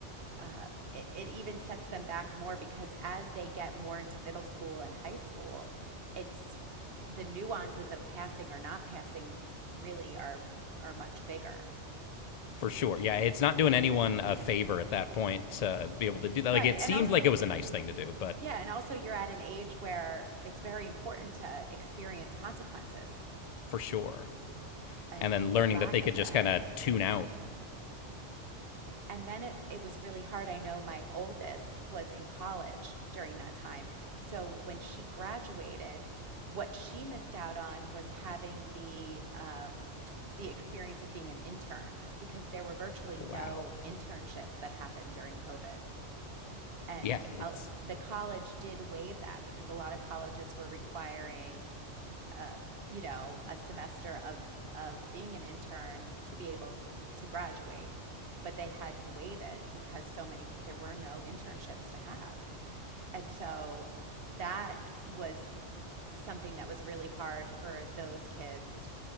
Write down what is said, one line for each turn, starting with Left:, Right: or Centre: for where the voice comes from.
Right: uh, it, it even sets them back more because as they get more into middle school and high school it's the nuances of passing or not passing really are are much bigger
Left: for sure. Yeah, it's not doing anyone a favor at that point to be able to do that. Like
Right: right
Left: it seemed
Right: and also
Left: like it was a nice thing to do, but
Right: Yeah, and also you're at an age where it's very important to experience consequences
Left: for sure.
Right: and
Left: And then learning
Right: the lack
Left: that they could
Right: of that.
Left: just kind of tune out.
Right: And then it, it was really hard. I know my oldest was in college during that time. So when she graduated, what she missed out on was having the um, the experience of being an intern because there were virtually
Left: oh,
Right: no
Left: Wow.
Right: internships that happened during COVID. And
Left: Yeah, it's
Right: uh, the college did waive that because a lot of colleges were requiring uh, you know, a semester of of being an intern to be able to graduate, but they had to waive it because so many there were no internships to have, and so that was something that was really hard for those kids